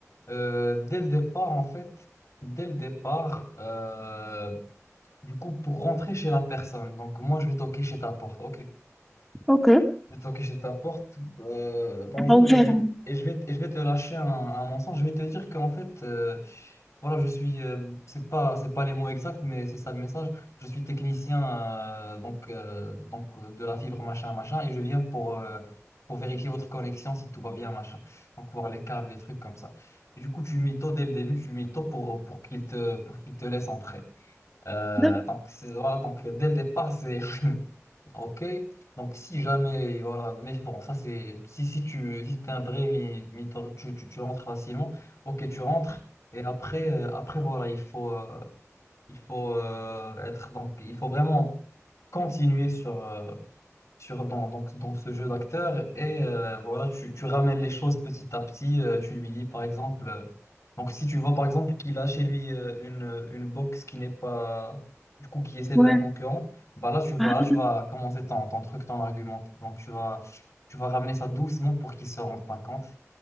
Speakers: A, on the left; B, in the centre.
A: Euh, dès le départ, en fait, dès le départ, euh, du coup, pour rentrer chez la personne, donc moi, je vais toquer chez ta porte. Ok,
B: Ok. que
A: Je vais que je t'apporte. euh, bonjour,
B: ouvert.
A: et je vais, et je vais, et je vais te lâcher un, un mensonge. Je vais te dire qu'en fait, euh, voilà, je suis, euh, c'est pas, c'est pas les mots exacts, mais c'est ça le message. Je suis technicien euh, donc, euh, donc euh, de la fibre machin machin, et je viens pour, euh, pour vérifier votre connexion si tout va bien machin. Donc voir les câbles, des trucs comme ça. Et du coup, tu mytho dès le début, tu mytho pour, pour qu'il te, pour qu'il te laisse entrer. Euh,
B: D'accord.
A: donc, c'est- voilà, donc dès le départ, c'est. <laughs> Ok, donc si jamais, voilà, mais bon, ça c'est, si, si tu si t'es un vrai, mi- mi- tu, tu, tu rentres facilement, ok, tu rentres, et après, euh, après voilà, il faut, euh, il faut euh, être, donc il faut vraiment continuer sur, euh, sur, dans, donc, dans ce jeu d'acteur et euh, voilà, tu, tu ramènes les choses petit à petit. euh, tu lui dis par exemple, euh, donc si tu vois par exemple qu'il a chez lui euh, une, une box qui n'est pas, du coup, qui est celle
B: Ouais.
A: d'un concurrent, bah là tu vas,
B: Ah,
A: tu vas commencer ton, ton truc, ton argument. Donc tu vas, tu vas ramener ça doucement pour qu'il se rende pas compte.